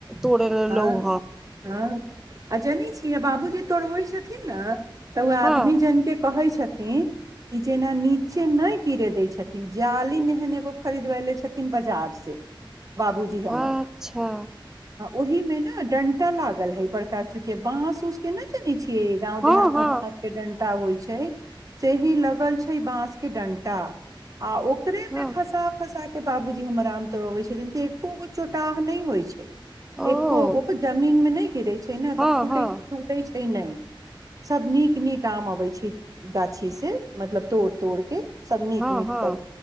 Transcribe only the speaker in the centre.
तोड़ल
हम
हँ
अच्छा
हँ
हँ
हँ
ओ
हँ
हँ
हँ
हँ